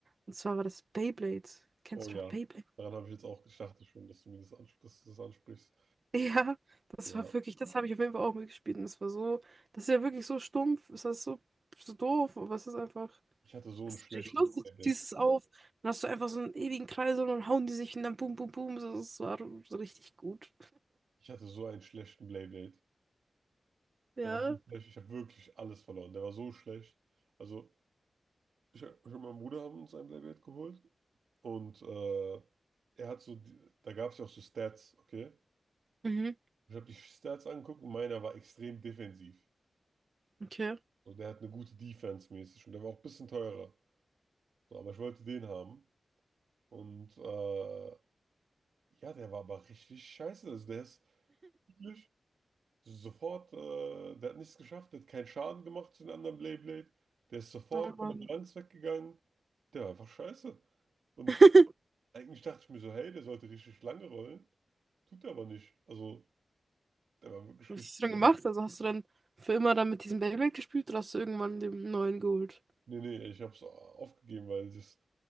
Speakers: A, on the right; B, on the right.
A: Und zwar war das Beyblade. Kennst
B: oh ja,
A: du doch Beyblade?
B: daran habe ich jetzt auch gedacht, ich schon, dass du mir das, ansp dass du das ansprichst.
A: <laughs> Ja, das
B: Ja,
A: war wirklich, das habe ich auf jeden Fall auch mitgespielt. Und das war so, das ist ja wirklich so stumpf, ist das so, so doof, aber es ist einfach,
B: ich hatte so
A: es
B: ein schlechtes
A: ist richtig lustig,
B: Playdate.
A: du ziehst es auf, dann hast du einfach so einen ewigen Kreis und dann hauen die sich und dann boom, boom, boom, so, das war so richtig gut.
B: Ich hatte so einen schlechten Playdate.
A: Ja.
B: Der war so schlecht, ich habe wirklich alles verloren. Der war so schlecht. Also, ich, ich und mein Bruder haben uns ein Blackberry geholt und äh, er hat so, die, da gab es ja auch so Stats, okay?
A: Mhm,
B: Ich habe die Stats angeguckt und meiner war extrem defensiv.
A: okay.
B: So, der hat eine gute Defense mäßig und der war auch ein bisschen teurer. So, aber ich wollte den haben und äh, ja, der war aber richtig scheiße. Also, der ist wirklich Sofort, äh, der hat nichts geschafft, der hat keinen Schaden gemacht zu den anderen Blade Blade Der ist sofort
A: Oh
B: von
A: Mann.
B: der Balance weggegangen. Der war einfach scheiße. Und
A: <laughs>
B: eigentlich dachte ich mir so, hey, der sollte richtig lange rollen. Tut er aber nicht. Also, der war wirklich
A: Was
B: richtig
A: hast du dann
B: schlecht.
A: gemacht? Also hast du dann für immer dann mit diesem Beyblade gespielt oder hast du irgendwann den neuen geholt?
B: Nee, nee, ich habe es aufgegeben, weil das,